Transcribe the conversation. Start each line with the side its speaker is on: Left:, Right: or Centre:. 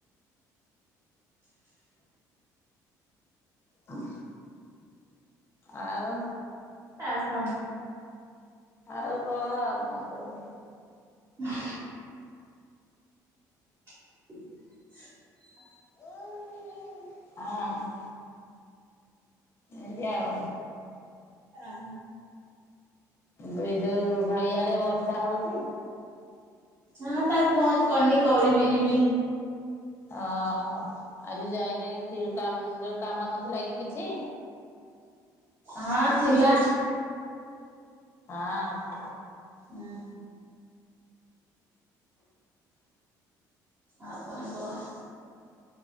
Left: ହଁ ଆଉ?
Right: ଆଉ କଣ?
Left: ଆଉ କହ ଆଉ କଣ କହିବି?
Right: ହ ହ
Left: ଓଁ ଏନ୍ତି ଆଉ।
Right: ହଁ।
Left: ବେଇ ଯୋଉ ଭାଇ ଆଡେ ବର୍ଷା ହଉଛି?
Right: ହଁ ତାକୁ ଫୋନ କରିନି କରିବି ଯିବି।
Left: ହଁ ଆଜି ଯାଏନାହି ଡି କାମ ଯୋଉ କାମ ନଥିଲା କି କିଛି?
Right: ହଁ ଥିଲା।
Left: ହଁ।
Right: ହଁ। ଆଉ କଣ କୁହ?